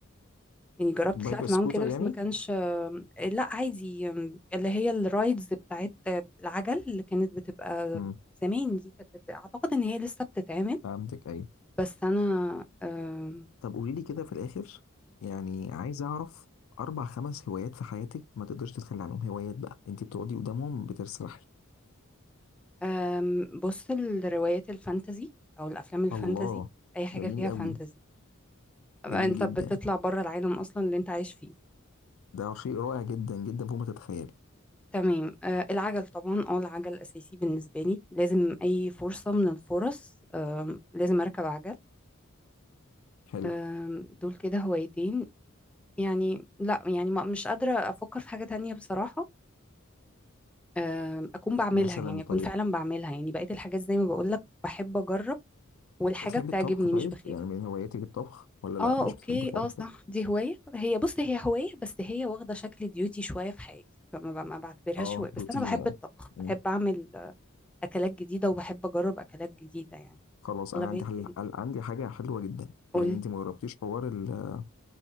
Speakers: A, in the centre; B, on the left (about 80°).
A: يعني جربت
B: بايكر
A: طلعت
B: سكوتر
A: معاهم كده بس
B: يعني
A: ما كانش آه لا عادي آم، اللي هي الرايدز بتاعت آه، العجل اللي كانت بتبقى
B: امم
A: زمان دي كانت بت- اعتقد ان هي لسه بتتعمل
B: فهمتك ايوه
A: بس انا آه
B: طب قولي لي كده في الآخر يعني عايز أعرف أربع خمس هوايات في حياتك ما تقدرش تتخلى عنهم هوايات بقى أنت بتقعدي قدامهم بترسرحي
A: أم، بص الروايات الفانتزي او الافلام الفانتزي
B: الله
A: اي حاجه
B: جميل
A: فيها
B: قوي
A: فانتزي أبقى
B: جميل
A: انت
B: جدا
A: بتطلع بره العالم اصلا اللي انت عايش فيه
B: ده شيء رائع جدا جدا فوق ما تتخيلي
A: تمام أه العجل طبعا اه العجل اساسي بالنسبه لي لازم اي فرصه من الفرص أم، لازم اركب عجل
B: حلو
A: أم، دول كده هوايتين يعني لا يعني ما مش قادره افكر في حاجه تانية بصراحه أم، اكون بعملها
B: مثلا
A: يعني اكون
B: طيب
A: فعلا بعملها يعني بقيت الحاجات زي ما بقول لك بحب اجرب والحاجه
B: بتحبي
A: بتعجبني
B: الطبخ طيب
A: مش بخاف
B: يعني من هواياتك الطبخ ولا لا
A: اه
B: مش
A: اوكي
B: بتحبي حوار
A: اه
B: الطبخ
A: صح دي هواية هي بص هي هواية بس هي واخدة شكل ديوتي شوية في حياتي فما ب- ما بعتبرهاش
B: اه
A: هواية بس
B: روتين
A: انا بحب
B: يعني
A: الطبخ
B: مم.
A: بحب اعمل آه، اكلات جديدة وبحب اجرب اكلات جديدة يعني
B: خلاص
A: اغلبية
B: انا عندي حل...
A: ال-
B: عن- عندي حاجه حلوه جدا
A: قول
B: بما ان انت ما جربتيش حوار ال-